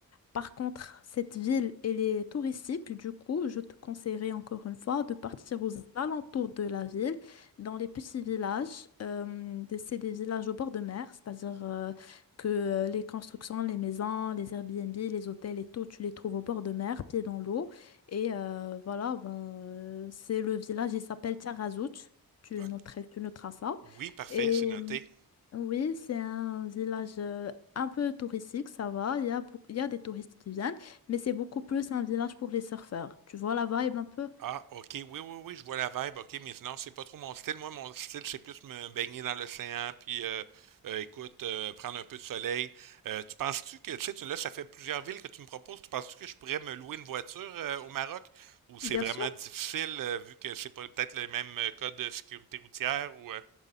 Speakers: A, on the left; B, on the right.
A: Par contre, cette ville, elle est touristique. Du coup, je te conseillerais encore une fois de partir aux alentours de la ville, dans les petits villages. Euh, des- c'est des villages au bord de mer, c'est-à-dire euh, que euh, les constructions, les maisons, les Airbnb, les hôtels et tout, tu les trouves au bord de mer, pieds dans l'eau. Et euh, voilà, ben, euh, c'est le village, il s'appelle Tiarazout. Tu
B: Ok.
A: noterais, tu noteras ça.
B: Oui, parfait,
A: Et
B: c'est noté.
A: euh, oui, c'est un village euh, un peu touristique, ça va. Il y a, beaucoup- il y a des touristes qui viennent, mais c'est beaucoup plus un village pour les surfeurs. Tu vois la vibe un peu.
B: Ah, ok, oui, oui, oui, je vois la vibe, ok, mais sinon, c'est pas trop mon style. Moi, mon style, c'est plus me baigner dans l'océan, puis euh, euh, écoute, euh, prendre un peu de soleil. Euh, tu penses-tu que, tu sais, tu- là, ça fait plusieurs villes que tu me proposes, tu penses-tu que je pourrais me louer une voiture euh, au Maroc, ou c'est
A: Bien
B: vraiment
A: sûr.
B: difficile, euh, vu que c'est pas peut-être le même euh, code de sécurité routière, ou euh,